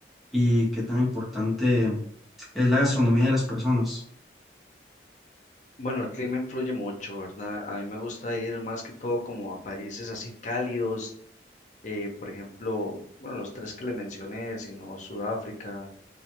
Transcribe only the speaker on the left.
Bueno, el clima influye mucho, ¿verdad? A mí me gusta ir más que todo como a países así cálidos, eh, por ejemplo, bueno, los tres que le mencioné, sino Sudáfrica,